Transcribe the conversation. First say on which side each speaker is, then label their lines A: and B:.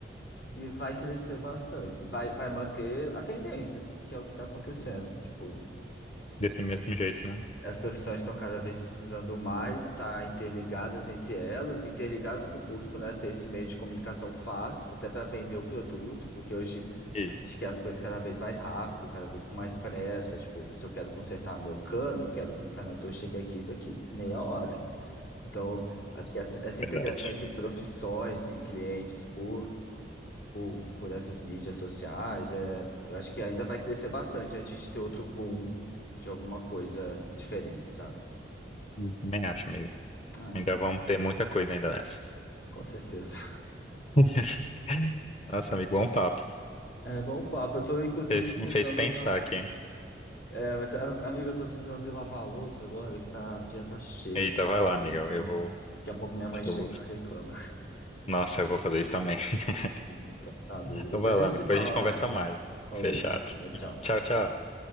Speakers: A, on the left; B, on the left.
A: que vai crescer bastante, vai, vai manter a tendência, que é o que está acontecendo. Tipo,
B: Desse mesmo jeito, né?
A: as profissões estão cada vez precisando mais estar interligadas entre elas, interligadas com o público, né? Ter esse meio de comunicação fácil, até para vender o produto, porque hoje
B: Ih,
A: a gente quer as coisas cada vez mais rápido, cada vez com mais pressa. Tipo, se eu quero consertar meu cano, eu quero que o encanador chegue aqui daqui meia hora. Então, acho que essa, essa
B: verdade.
A: integração entre profissões e clientes por, por, por essas mídias sociais, é, eu acho que ainda vai crescer bastante antes de ter outro boom de alguma coisa diferente, sabe?
B: Hum, Também acho, amigo.
A: É,
B: Ainda vamos ter muita coisa ainda nessa.
A: com certeza.
B: <laughs> Nossa, amigo, bom papo.
A: É bom papo. Eu tô, inclusive,
B: Fez- Me
A: precisando
B: fez pensar
A: da...
B: aqui.
A: É, mas, a- amigo, eu tô precisando de lavar a louça agora, que tá, a pia tá cheia.
B: Eita,
A: Daqui
B: vai
A: a pouco,
B: lá, amiga.
A: é,
B: Eu vou.
A: daqui a pouco minha mãe
B: acho que
A: chega
B: eu vou-
A: e reclama.
B: Nossa, eu vou fazer isso também. <laughs>
A: Então, tá, amigo.
B: Então
A: Depois
B: vai lá,
A: a gente
B: amigo.
A: se
B: Depois
A: fala
B: a gente conversa
A: mais.
B: mais.
A: Falou.
B: Fechado.
A: Tchau.
B: Tchau, tchau.